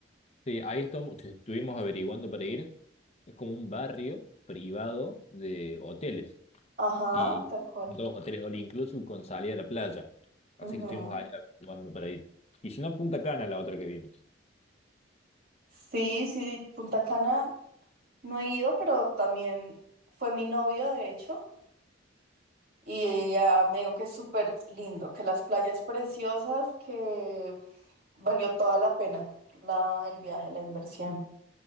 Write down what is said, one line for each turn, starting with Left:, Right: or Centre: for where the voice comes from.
Left: Sí, ahí estamos, estuvimos averiguando para ir. Es como un barrio privado de hoteles
Right: Ajá,
Left: y
Right: tal cual.
Left: dos hoteles all inclusive con salida a la playa. Así
Right: Ujú.
Left: que estuvimos ahí averiguando para ir. Y si no, Punta Cana, la otra que vimos.
Right: Sí, sí, Punta Cana no he ido, pero también fue mi novio, de hecho, y ella me dijo que es súper lindo, que las playas preciosas, que valió toda la pena la, el viaje, la inversión.